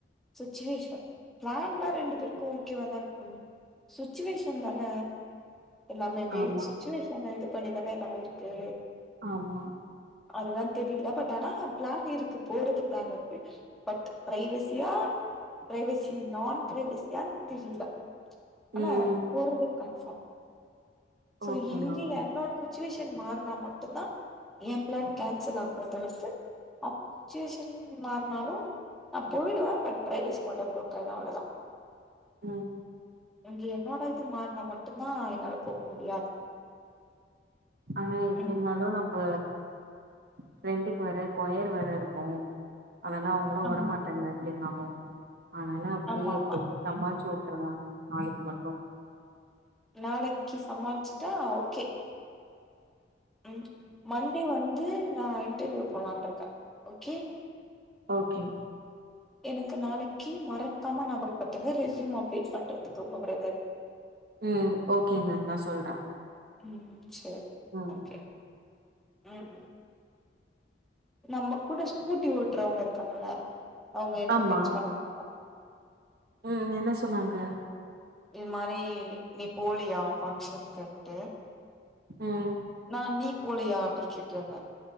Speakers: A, in the centre; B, on the right.
A: சுச்சுவேஷன் பிளான்லா ரெண்டு பேருக்கு ஓகேவாதா இருக்கு சுச்சுவேஷன் தான எல்லாமே பே
B: ஆமா
A: சுச்சுவேஷன இது பண்ணிதான எல்லாமே இருக்கு
B: ஆமா
A: அதுதா தெரியல பட் ஆனா பிளான் இருக்கு போறது பிளான் இருக்கு பட் பிரைவசியா பிரைவசி நான் பிரைவசியான் தெரியல ஆனா
B: ம்
A: போர்றது கன்ஃபார்ம் சோ
B: ஓகேங்க
A: இங்கே என்னோட சுச்சுவேஷன் மார்னா மட்டுதா எ பிளான் கேன்சலாகுமே தவிர்த்து அவுங்க சுச்சுவேஷன் மார்னாலு நா போய்டுவ பட் பிரைவசி மட்டு ப்ரோக் ஆய்டு அவ்ளோதா
B: ம்
A: இங்க என்னோட இது மார்னா மட்டுந்தா என்னால போக முடியாது
B: ஆனா எப்டி
A: ம்
B: இருந்தாலு நம்ப ஃப்ரெண்டுக்கு வேற கொயர் வேற இருக் கு அதலா அவுங்களு
A: ஆம்
B: வரமாட்டாங்க எப்டினாலோ அதனால அப்டே
A: ஆமா
B: எப்டியாது
A: ஆமா
B: சமாள்ச்சி உட்ருங்க நாளிக்கு மட்டு
A: நாளிக்கு சமாள்ச்சிட்டா ஓகே ம் மண்டே வந்து நா இன்டர்வியூ போலான்ருக்க ஓகே
B: ஓகேங்
A: எனக்கு நாளிக்கு மறக்காம ஞாபகோ பத்துங்க ரெஸ்யூம் அப்டேட் பண்றதுக்கு உங்க பிரதர்
B: ம் ஓகேங்க நா சொல்ற
A: ம் சேரி
B: ம்
A: கே ம் ம் நம்ப கூட ஸ்கூட்டி ஓட்றவுங்க இருக்காங்கல அவுங்க எனக்கு
B: ஆமா
A: டெக்ஸ்ட் பண்ணிருந்தாங்க
B: ம் என்ன சொன்னாங்க
A: இது மாரி நீ போலியா அவ் ஃபங்ஷனுக்குன்டு
B: ம்
A: நா நீ போலியா அப்டின் கேட்ருந்த